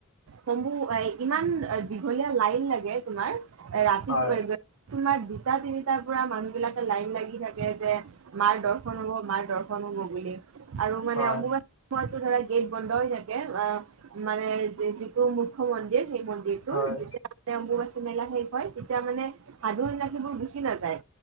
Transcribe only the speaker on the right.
সম্বু, ইমান দীঘলীয়া লাইন লাগে তোমাৰ ৰাতি
তোমাৰ দুটা তিনিটাৰ পৰা মানুহ বিলাকে লাইন লাগি থাকে যে মাৰ দৰ্শন হ'ব মাৰ দৰ্শন হ'ব বুলি আৰু মানে
অম্বুবাচী- সময়তো ধৰা গেট বন্ধ হৈ থাকে। অঁ' মানে যিটো মুখ্য মন্দিৰ সেই মন্দিৰ- যিবোৰ
যেতিয়া মানে অম্বুবাচী মেলা শেষ হয় তেতিয়া মানে সাধু সন্যাসী বোৰ গুচি নাযায়।